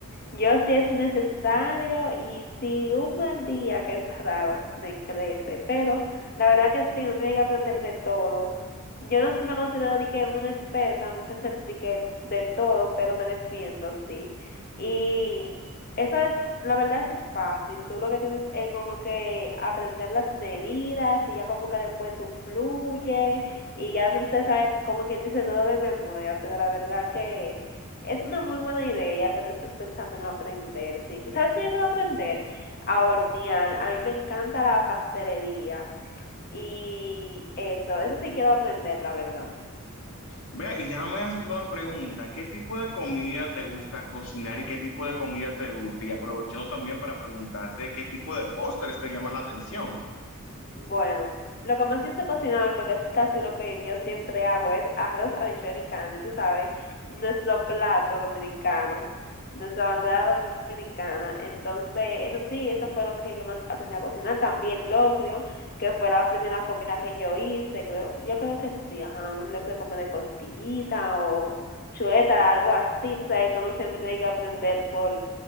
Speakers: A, on the left; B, on the left.
A: Yo sí es necesario y si un mal día, que es raro, me crece, pero la verdad que sí, uno tiene que aprender de todo. Yo no me considero de que una experta, no sé hacer de que de todo, pero me defiendo, sí. Y eso es, la verdad, eso es fácil. Tú lo que tienes es como que aprender las medidas y ya como que después tú fluye y ya tú te sabes como quien dice todo de memoria, pero la verdad que es una muy buena idea que tú estés pensando en aprender, sí. Tú sabes que yo quiero aprender a hornear. A mí me encanta la pastelería y eso, eso sí quiero aprender, la verdad.
B: Vea, y déjame hacerte una pregunta. ¿Qué tipo de comida te gusta cocinar y qué tipo de comida te gusta? Y aprovechando también para preguntarte qué tipo de postres te llama la atención.
A: Bueno, lo que más yo sé cocinar, porque es casi lo que yo siempre hago, es arroz, habichuela y carne, tú sabes, nuestro plato dominicano, nuestra bandera dominicana. Entonces, eso sí, eso fue lo que yo más aprendí a cocinar. También locrio, que fue la primera comida que yo hice, creo, yo creo que sí, ajá, un locrio como de costillita o chuleta, algo así, tú sabes, que uno siempre tiene que aprender por